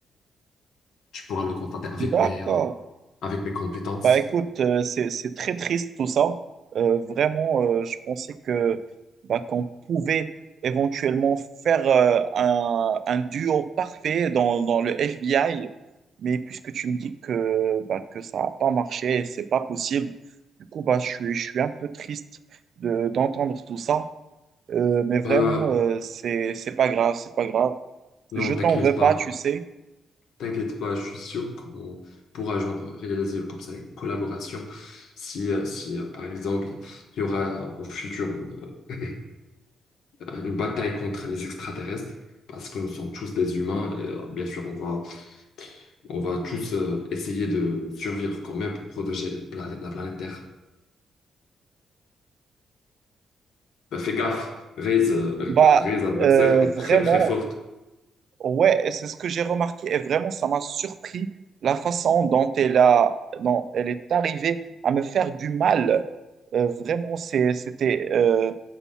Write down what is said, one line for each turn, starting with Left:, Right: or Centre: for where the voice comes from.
Left: tu pourras le constater avec
Right: D'accord.
Left: mes, euh, avec mes compétences.
Right: Bah écoute, euh, c'est, c'est très triste tout ça. Euh, vraiment, euh, je pensais que bah, qu'on pouvait éventuellement faire euh, un, un duo parfait dans, dans le FBI, mais puisque tu me dis que, bah, que ça n'a pas marché, c'est pas possible. Du coup, bah, je suis, je suis un peu triste de, d'entendre tout ça. Euh, mais vraiment,
Left: Ben,
Right: euh, c'est, c'est pas grave, c'est pas grave.
Left: non,
Right: Je
Left: t'inquiète
Right: t'en veux
Left: pas.
Right: pas, tu sais.
Left: T'inquiète pas, je suis sûr qu'on pourra genre réaliser comme ça une collaboration. Si, euh, si euh, par exemple, il y aura au futur une, euh, <clears throat> une bataille contre les extraterrestres, parce que nous sommes tous des humains, et euh, bien sûr, on va, on va tous euh, essayer de survivre quand même pour protéger la planète, la planète Terre. Ben, fais gaffe, Ray's, euh,
Right: Bah,
Left: Ray's adversaire
Right: euh,
Left: est
Right: vraiment,
Left: très très forte.
Right: ouais, et c'est ce que j'ai remarqué et vraiment, ça m'a surpris la façon dont elle a, dont elle est arrivée à me faire du mal. Euh, vraiment, c'est, c'était euh,